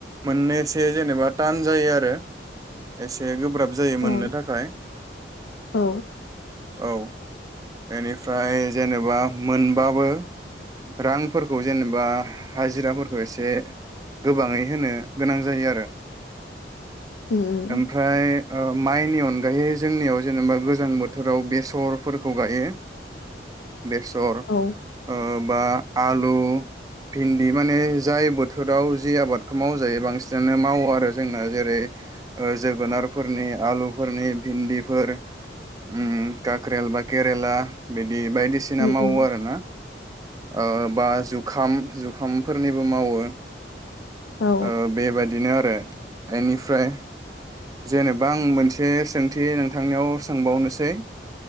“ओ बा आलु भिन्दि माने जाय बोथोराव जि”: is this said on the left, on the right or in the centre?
Right